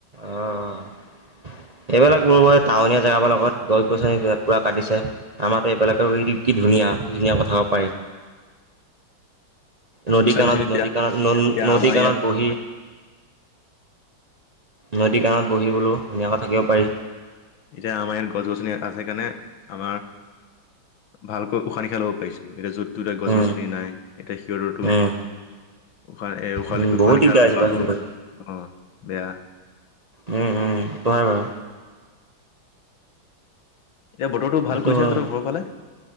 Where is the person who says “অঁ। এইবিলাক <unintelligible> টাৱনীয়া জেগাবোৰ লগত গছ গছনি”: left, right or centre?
Right